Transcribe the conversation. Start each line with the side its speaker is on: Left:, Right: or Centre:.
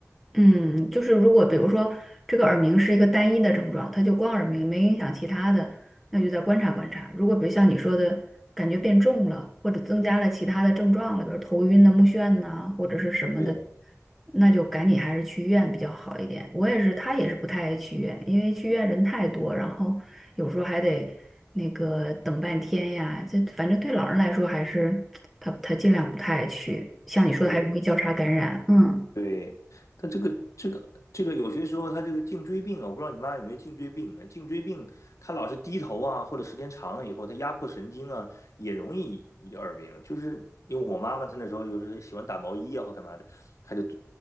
Centre: 嗯，就是如果比如说这个耳鸣是一个单一的症状，它就光耳鸣没影响其他的，那就再观察观察。如果比如像你说的，感觉变重了，或者增加了其他的症状了，比如头晕呐、目眩呐、或者是什么的，
Left: 对
Centre: 那就赶紧还是去医院比较好一点。我也是，他也是不太爱去医院，因为去医院人太多，然后有时候还得那个等半天呀。这反正对老人来说，还是他他尽量不太爱去。像你说的，
Left: 对，
Centre: 还容易交叉感染，嗯。
Left: 对，但这个这个这个有些时候他这个颈椎病啊，我不知道你妈有没有颈椎病呢？颈椎病他老是低头啊，或者时间长了以后，他压迫神经啊，也容易耳鸣。就是因为我妈妈她那时候就是喜欢打毛衣啊或干嘛的，她就